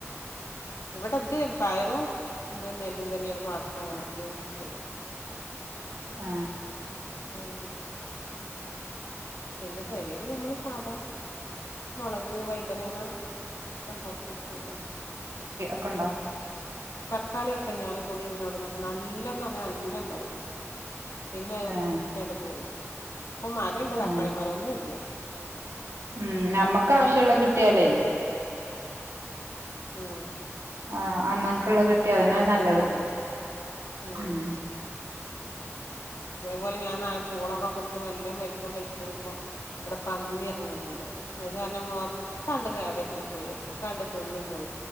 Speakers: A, on the left; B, on the right.
A: ഇവിടെ ഇത് പയറും എന്ത നെല്ലും തന്നെയാണ് പാടത്ത് അങ്ങനെ അധികോം ചെയ്യുന്നത്
B: ആ
A: <unintelligible> പിന്നെ പെരെല് ഞമ്മള് സാധാ മൊളക് പിന്നെ വഴുതനങ്ങ ഒക്കെ ഇണ്ടാക്കും <unintelligible>
B: ഒക്കെണ്ടോ
A: തക്കാളിയൊക്കെ ഞാനും കുടിരുന്ന ഉടനൊക്കെ നല്ലന്ന് പറഞ്ഞ നല്ല ഇണ്ടായിരുന്നു പിന്നെ അത്
B: ഏഹ്
A: ഒക്കെങ്ങട് പോയി ഇപ്പൊ മരണ്ട് തക്കാളി
B: ഏഹ്
A: മരം ഒന്നുല്ല
B: ഉം ഞമ്മക്കാവശ്യുള്ളത്
A: ഉണ്ടായിട്ടില്ല
B: കിട്ടിയാലെ
A: മ്
B: ആ അന്നാന്ന്ക്ള്ളത് കിട്ട് കിട്ടിയതന്നെ
A: കൊഴപ്പണ്ടായിരുന്നില്ല
B: നല്ലത
A: ഉം
B: മ്
A: അതേപോലെ ഞാൻ നാല് പൂളൊക്കെ കുത്തി നല്ല വൽപ്പം വെച്ചിന്നു ഇപ്പോ ഇവിടെ പന്നി ഇറങ്ങ്ണ്ണ്ട് അത് കാരണം മൊത്തണ്ട് കേടെര്ത്തിപ്പോയി ഒക്കാണ്ട് തിന്ന് പോയി